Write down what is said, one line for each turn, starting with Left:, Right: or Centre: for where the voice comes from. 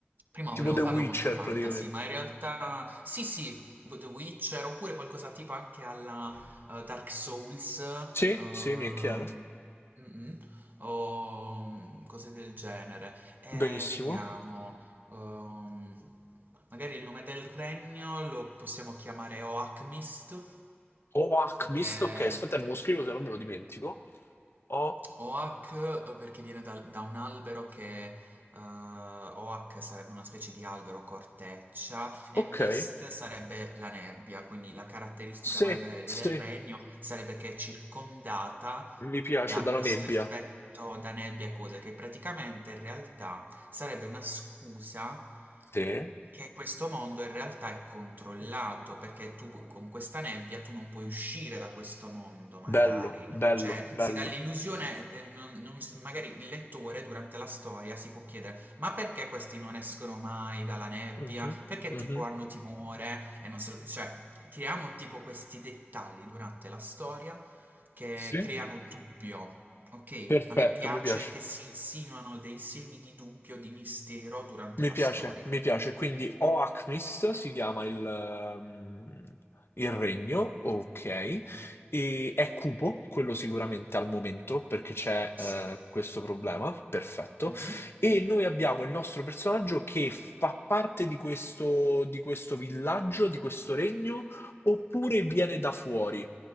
Right: prima
Left: Tipo
Right: volevo
Left: The
Right: farlo
Left: Witcher
Right: molto fantasy,
Left: praticamente.
Right: ma in realtà sì, sì, The Witcher oppure qualcosa tipo anche alla eh, Dark Souls,
Left: Sì,
Right: ehm,
Left: sì, mi è chiaro.
Right: mm-mm, o mm, cose del genere. Eh,
Left: Benissimo.
Right: vediamo. ehm, magari il nome del regno lo possiamo chiamare Oakmist,
Left: Oak
Right: perché...
Left: Mist, ok, aspetta, me lo scrivo se non me lo dimentico. Oh,
Right: Oak eh, perché viene dal- da, un albero che eh, Oak sarebbe una specie di albero corteccia e
Left: ok,
Right: Mist sarebbe la nebbia, quindi la caratteristica
Left: sì,
Right: magari
Left: sì.
Right: del regno sarebbe che è circondata
Left: Mi piace
Right: da
Left: dalla
Right: questo
Left: nebbia.
Right: effetto da nebbia e cose che praticamente in realtà sarebbe una scusa
Left: Sì.
Right: che questo mondo in realtà è controllato perché tu con questa nebbia tu non puoi uscire da questo mondo magari
Left: Bello, bello,
Right: cioè,
Left: bello.
Right: si dà l'illusione, eh, non- non s- magari il lettore durante la storia si può chiedere, ma perché questi non escono mai dalla nebbia?
Left: Mhm,
Right: Perché
Left: mhm.
Right: tipo hanno timore? E non so, cioè, creiamo tipo questi dettagli durante la storia che
Left: Sì,
Right: creano dubbio, ok?
Left: perfetto,
Right: A me piace
Left: mi piace.
Right: che si insinuano dei semi di dubbio, di mistero durante
Left: Mi
Right: la
Left: piace,
Right: storia.
Left: mi piace. Quindi Oakmist si chiama il, ehm, il regno, ok.
Right: Mm,
Left: E è cupo, quello sicuramente al momento, perché c'è eh,
Right: Sì.
Left: questo problema, perfetto.
Right: Mhm.
Left: E noi abbiamo il nostro personaggio che fa parte di questo, di questo villaggio, di questo regno, oppure viene da fuori.